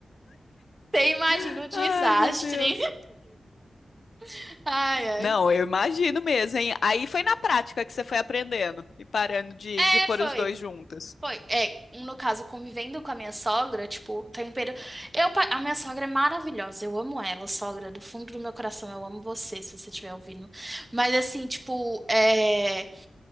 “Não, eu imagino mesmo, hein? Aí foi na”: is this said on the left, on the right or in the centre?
Left